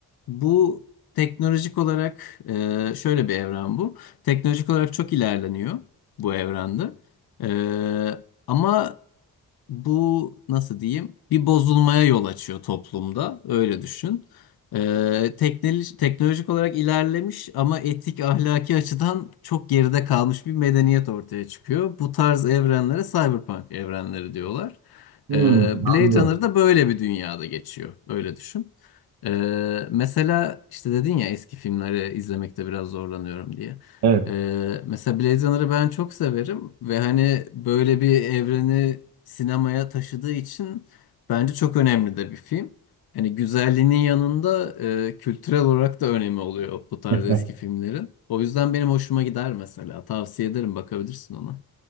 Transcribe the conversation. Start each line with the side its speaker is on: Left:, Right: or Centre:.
Left: bu teknolojik olarak e, şöyle bir evren bu. Teknolojik olarak çok ilerleniyor bu evrende. E, ama bu nasıl diyeyim bir bozulmaya yol açıyor toplumda öyle düşün. Ee, teknolojik, teknolojik olarak ilerlemiş ama etik ahlaki açıdan çok geride kalmış bir medeniyet ortaya çıkıyor. Bu tarz evrenlere cyberpunk evrenleri diyorlar.
Right: Hmm,
Left: Ee, Blade
Right: anladım.
Left: Runner da böyle bir dünyada geçiyor öyle düşün. Ee, mesela işte dedin ya eski filmleri izlemekte biraz zorlanıyorum diye.
Right: Evet.
Left: Ee, mesela Blade Runner'ı ben çok severim ve hani böyle bir evreni sinemaya taşıdığı için bence çok önemli de bir film. Hani güzelliğinin yanında e, kültürel olarak da önemi oluyor bu tarz
Right: <laughs>
Left: eski filmlerin. O yüzden benim hoşuma gider mesela. Tavsiye ederim bakabilirsin ona.